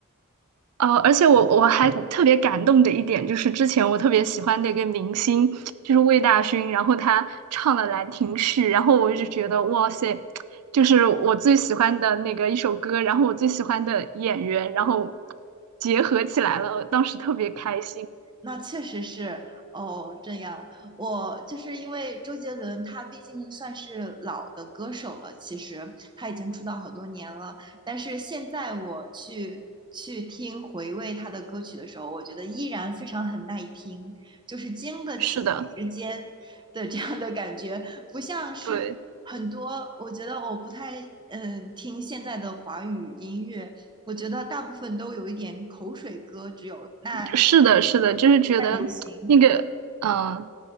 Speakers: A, on the right (about 90°); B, on the right (about 20°).
A: 呃，而且我我还特别感动的一点就是，之前我特别喜欢的一个明星就是魏大勋，然后他唱了《兰亭序》，然后我就觉得哇塞，就是我最喜欢的那个一首歌，然后我最喜欢的演员，然后结合起来了，我当时特别开心。
B: 那确实是哦，这样。我就是因为周杰伦，他毕竟算是老的歌手了，其实他已经出道好多年了。但是现在我去去听回味他的歌曲的时候，我觉得依然非常很耐听，就是经得起时间的这样的感觉，
A: 是的，
B: 不像是很多。
A: 对，
B: 我觉得我不太嗯听现在的华语音乐，我觉得大部分都有一点口水歌，只有那。
A: 是的，是的，就是觉得那个，
B: 在流行
A: 呃，